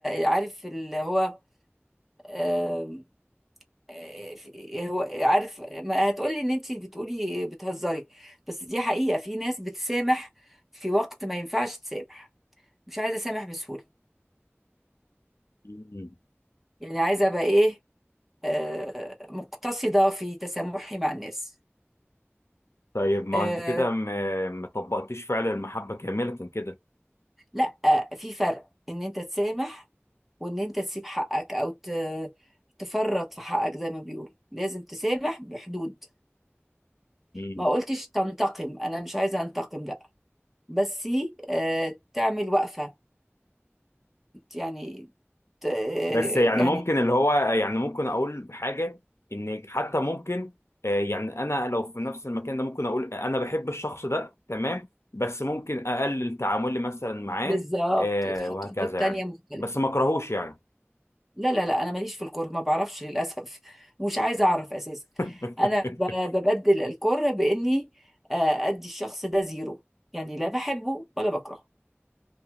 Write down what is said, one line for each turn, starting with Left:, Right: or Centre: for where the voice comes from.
Centre: عارف اللي هو آه، آه، في- هو عارف ما هتقولي ان انت بتقولي بتهزري بس دي حقيقة في ناس بتسامح في وقت ما ينفعش تسامح مش عايزة اسامح بسهولة
Left: مم.
Centre: يعني عايزة ابقى ايه آه، مقتصدة في تسامحي مع الناس
Left: طيب ما
Centre: آه،
Left: انت كده ما ما طبقتيش فعل المحبه كامله كده
Centre: لا في فرق ان انت تسامح وان انت تسيب حقك او ت- تفرط في حقك زي ما بيقولوا لازم تسامح بحدود
Left: مم.
Centre: ما قلتش تنتقم انا مش عايزه انتقم لا بس آه، تعمل وقفه يعني ت- آه،
Left: بس يعني
Centre: يعني
Left: ممكن اللي هو يعني ممكن اقول حاجه ان حتى ممكن آه، يعني انا لو في نفس المكان ده ممكن اقول انا بحب الشخص ده تمام بس ممكن اقلل تعاملي مثلا معاه
Centre: بالظبط
Left: آه،
Centre: تحط
Left: وهكذا
Centre: حدود تانية
Left: يعني
Centre: مختلفه
Left: بس ما اكرهوش يعني
Centre: لا لا لا انا ماليش في الكره ما بعرفش للاسف <laughs> مش عايزه اعرف اساسا
Left: <laughs>
Centre: انا ب- ببدل الكره باني آه، ادي الشخص ده زيرو يعني لا بحبه ولا بكرهه